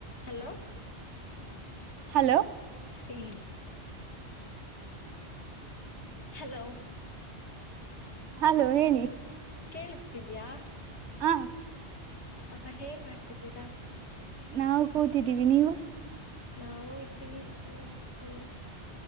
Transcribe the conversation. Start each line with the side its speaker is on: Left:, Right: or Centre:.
Left: Hello
Right: hello
Left: ಟೈ hello
Right: hello ಹೇಳಿ
Left: ಕೇಳಿಸ್ತಿದ್ಯಾ
Right: ಹ
Left: ಸ್ವಲ್ಪ ಏನ್ ನೊಡ್ತಿದ್ದೀರಾ
Right: ನಾವು ಕೂತಿದ್ದೀವಿ ನೀವು
Left: ನಾವು ಇರುತ್ತಿವಿ ಸುಮ್ಮನೆ ಹಿಂಗೆ